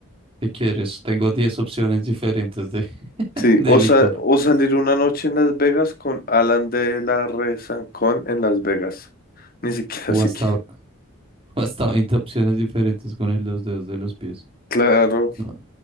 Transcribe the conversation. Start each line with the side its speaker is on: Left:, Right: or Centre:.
Right: ¿qué quieres, tengo 10 opciones diferentes de,
Left: Sí,
Right: <laughs> de
Left: o,
Right: licor.
Left: sa- o salir una noche en Las Vegas con Alan de la Rezancón en Las Vegas. Ni siquiera
Right: O
Left: así
Right: hasta,
Left: que.
Right: o hasta 20 opciones diferentes con el- los dedos de los pies.
Left: Claro.
Right: No,